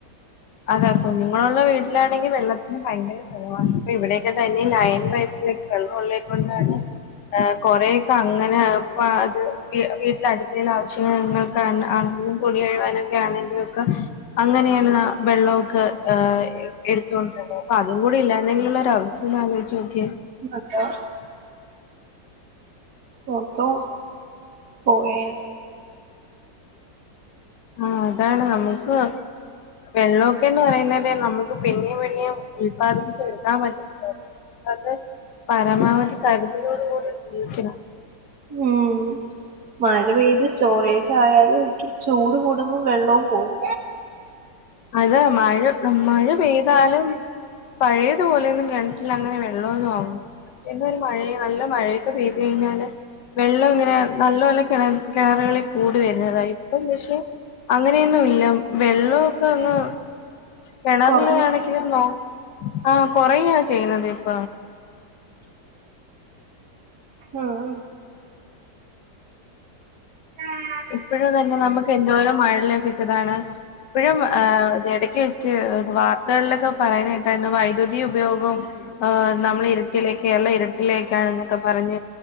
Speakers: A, on the left (about 80°); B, on the right (about 60°).
A: അതാപ്പ കുഞ്ഞുങ്ങളുള്ള വീട്ടിലാണെങ്കിൽ വെള്ളത്തിന് ഭയങ്കര ചിലവാണ് അപ്പ ഇവിടെയൊക്കെ തന്നെ ലൈൻ പൈപ്പ വെള്ളഒള്ളേക്കൊണ്ടാണ് കൊറേക്കെ അങ്ങനെ അത് വീട്ടിൽ അടുത്തുള്ള ആവശ്യങ്ങൾക്ക തുണി കഴുവാനൊക്കെ ആണെങ്കിലും ഒക്കെ അങ്ങനെയാണ് വെള്ളമൊക്കെ ഹ എടുത്തോണ്ടിരുന്ന അപ്പൊ അതും കൂടി ഇല്ലാതെങ്കിലുള്ള ഒരു അവസ്ഥ ഒന്ന് ആലോചിച്ചോക്കിയേ
B: അതാ
A: ഉ
B: ഓർത്തോ <unintelligible>
A: ആഹ അതാണ് നമുക്ക് വെള്ളോക്ക എന്ന് പറയുന്നത് നമുക്ക് പിന്നെയും പിന്നെയും ഉല്പാദിപ്പിച്ച് എടുക്കാൻ പറ്റില്ലല്ലോ അത് പരമാവധി കരുതലോടുകൂടി ഉപയോഗിക്കണം
B: ഉം മഴ പെയ്ത് സ്റ്റോറേജ് ആയാലും ഇ ചൂട് കൂടുമ്പോം വെള്ളവും പോകും
A: അതാ മഴ മഴ പെയ്താലും പഴയതുപോലെയൊന്നും കിണറ്റിലങ്ങനെ വെള്ളമൊന്നും ആകുന്നില്ല ഇന്നൊരു മഴ നല്ല മഴ പെയ്ത് കഴിഞ്ഞാല് വെള്ളം ഇങ്ങനെ നല്ല പോലെ കിണറുകളിൽ കൂടി വരുന്നതാണ് ഇപ്പൊ പക്ഷെ അങ്ങനെയൊന്നും ഇല്ല വെള്ളം അങ്ങ് കിണറിൽ
B: കൊറഞ്ഞു
A: ആണെങ്കിലും ആ കൊറയുവ ചെയ്യുന്നത് ഇപ്പ
B: ആഹ ആം
A: ഇപ്പോഴും തന്നെ നമുക്ക് എന്തോരം മഴ ലഭിച്ചതാണ് ഇപ്പോഴും ഇ ഇടക്ക് വെച്ച് വാർത്തകളിലൊക്കെ പറയുന്ന കേട്ടായിരുന്നു വൈദ്യുതി ഉപയോഗവും നമ്മളെ ഇരുട്ടിലേക്ക് കേരളം ഇരട്ടിലേക്കാണ് എന്നൊക്കെ പറഞ്ഞ